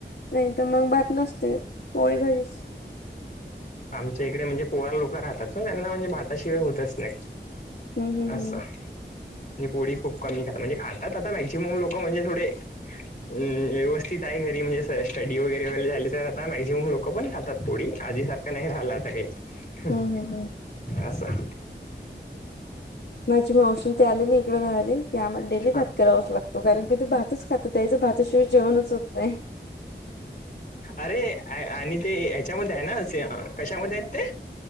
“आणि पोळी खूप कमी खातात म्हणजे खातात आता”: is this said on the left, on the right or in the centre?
Left